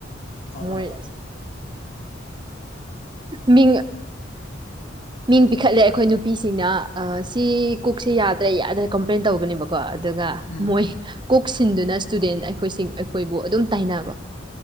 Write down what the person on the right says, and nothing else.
ꯃꯣꯏ
ꯃꯤ ꯃꯤꯡ ꯄꯤꯈꯠꯂꯦ ꯑꯩꯈꯣꯏ ꯅꯨꯄꯤꯁꯤꯡꯅ ꯁꯤ ꯀꯨꯛꯁꯦ ꯌꯥꯗ꯭ꯔꯦ ꯌꯥꯗ꯭ꯔꯦ ꯀꯝꯄ꯭ꯂꯦꯟ ꯇꯧꯒꯅꯦꯕꯀꯣ ꯀꯣ ꯑꯗꯨꯒ
ꯃꯣꯏ ꯀꯣꯛ ꯁꯤꯟꯗꯨꯅ ꯏꯁꯇꯨꯗꯦꯟ ꯑꯩꯈꯣꯏꯁꯤꯡ ꯑꯩꯈꯣꯏꯕꯨ ꯑꯗꯨꯝ ꯇꯥꯏꯅꯕ